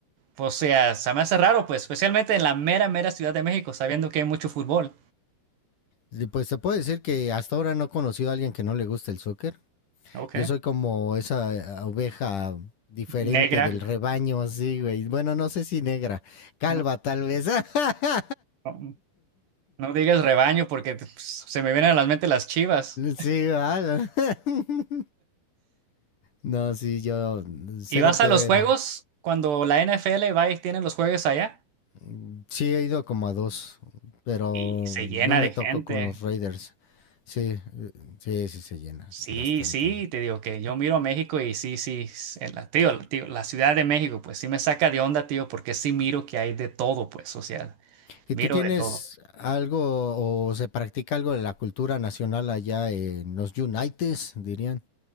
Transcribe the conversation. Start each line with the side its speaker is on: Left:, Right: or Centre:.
Right: o sea, se me hace raro, pues, especialmente en la mera, mera Ciudad de México, sabiendo que hay mucho fútbol.
Left: Y Pues se puede decir que hasta ahora no he conocido a alguien que no le guste el soccer.
Right: Ok.
Left: Yo soy como esa eh, oveja diferente
Right: Negra.
Left: del rebaño, así, güey. Bueno, no sé si negra, calva
Right: No,
Left: tal vez. <laughs>
Right: no. No digas rebaño porque pues, se me vienen a la mente las Chivas.
Left: Sí, ¿verdad? <laughs> No, sí, yo cero
Right: Y vas
Left: que
Right: a los
Left: ver.
Right: juegos cuando la NFL va y tiene los juegos allá
Left: Mm, Sí, he ido como a dos, pero
Right: y se
Left: no
Right: llena
Left: me
Right: de
Left: tocó
Right: gente.
Left: con los Raiders. Sí, eh, sí, sí se llena
Right: Sí,
Left: bastante.
Right: sí, te digo que yo miro México y sí, sí, s- en la, tío, tío, la Ciudad de México, pues sí me saca de onda, tío, porque sí miro que hay de todo, pues, o sea,
Left: ¿Y
Right: miro
Left: tú tienes
Right: de todo.
Left: algo o se practica algo de la cultura nacional allá en los Unites, dirían?